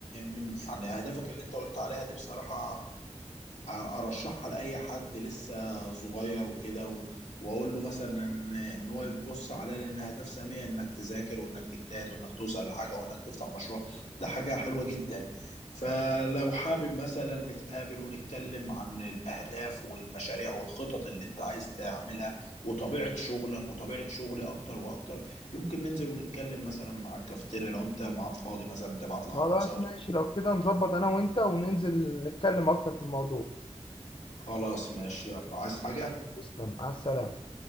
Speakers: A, on the left; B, on the left.
A: من يعني اهدافك اللي انت قلت عليها دي بصراحه ارشحها لاي حد لسه صغير وكده و- واقول له مثلا ان هو يبص عليها لان اهداف ساميه انك تذاكر وانك تجتهد وانك توصل لحاجه وانك تفتح مشروع ده حاجه حلوه جدا فلو حابب مثلا نتقابل ونتكلم عن الاهداف والمشاريع والخطط اللي انت عايز تعملها وطبيعه شغلك وطبيعه شغلي اكتر واكتر يمكن ننزل ونتكلم مثلا على الكافتيريا لو انت ميعاد فاضي مثلا تبعت لي
B: خلاص
A: على الواتساب
B: ماشي لو كده نظبط أنا وأنت وننزل نتكلم أكتر في الموضوع
A: خلاص ماشي يلا عايز حاجه
B: تسلم على السلامة